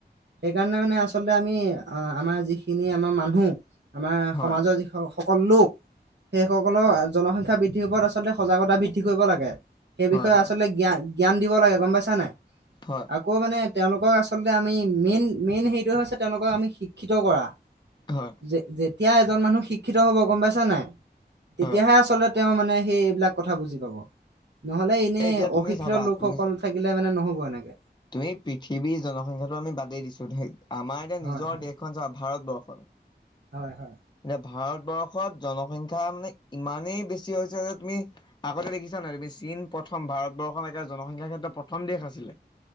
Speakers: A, on the right; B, on the left.
A: সেইকাৰণে মানে আচলতে আমি আ-আমাৰ যিখিনি আমাৰ মানুহ আমাৰ
B: হয়
A: সমাজৰ যি সকলো লোক সেই সকলৰ জনসংখ্যা বৃদ্ধিৰ ওপৰত আচলতে সজাগতা বৃদ্ধি কৰিব লাগে। সেই
B: হয়
A: বিষয়ে
B: হয়
A: আচলতে জ্ঞান-জ্ঞান দিব লাগে গম পাইছা নাই?
B: হয়
A: আকৌ মানে তেওঁলোকক আচলতে আমি মেইন মেইন হেইটোয়ে হৈছে তেওঁলোকক আমি শিক্ষিত কৰা।
B: হয়
A: যে যে তেতিয়া এজন মানুহ শিক্ষিত হ'ব গম পাইছা নাই তেতিয়াহে
B: হয়
A: আচলতে তেওঁ মানে সেই এইবিলাক কথা বুজি পাব। নহলে এনে
B: এ এতিয়া তুমি
A: অশিক্ষিত
B: চাবা
A: লোকসকল
B: তুমি
A: থাকিলে মানে নহ'ব। হোৱা এনেকে।
B: তুমি পৃথিৱীৰ জনসংখ্যাাতটো আমি বাদেই দিছো আমাৰ এতিয়া নিজৰ
A: হয় হয়
B: দেশখন চাবা ভাৰত <unintelligible>
A: হয় হয়।
B: এতিয়া ভাৰতবৰ্ষত জনসংখ্যা মানে ইমানেই বেছি হৈছে যে তুমি আগতে দেখিছা নাই তুমি চীন প্ৰথম ভাৰতবৰ্ষত এতিয়া জনসংখ্যাৰ ক্ষেত্ৰত প্ৰথম দেশ আছিলে।